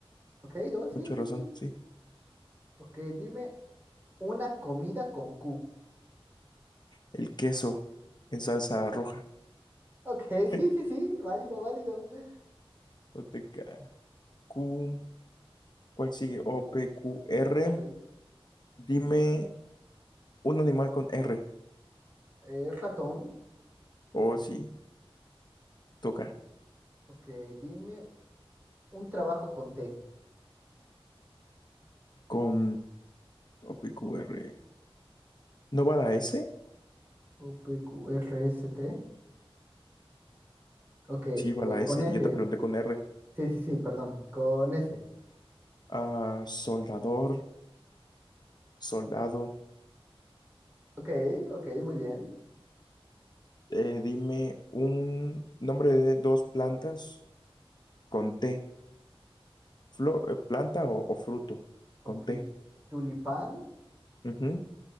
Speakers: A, on the right; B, on the left.
A: Ok, dos,
B: Mucha
A: sí, sí,
B: razón,
A: sí.
B: sí.
A: Ok, dime una comida con Q.
B: El queso en salsa roja.
A: Ok, <laughs>
B: <laughs>
A: sí, sí, sí, válido, válido. <laughs>
B: OTK. Q, ¿cuál sigue? O, P, Q,
A: Eh,
B: R.
A: R,
B: Dime Un animal con R.
A: eh, ratón.
B: O sí, te toca.
A: Ok, dime un trabajo con T.
B: Con O p q r ¿No va la S?
A: O P Q R OPQRST. Ok, eh,
B: Sí, va la S.
A: con S.
B: Yo te pregunté con R.
A: Sí, sí, sí, perdón. Con S.
B: Ah, soldador, soldado.
A: Ok, ok, muy bien.
B: Eh, dime un nombre de dos plantas con T. Flor, eh, planta o, o fruto con
A: Ok,
B: T.
A: tulipán
B: Ujú.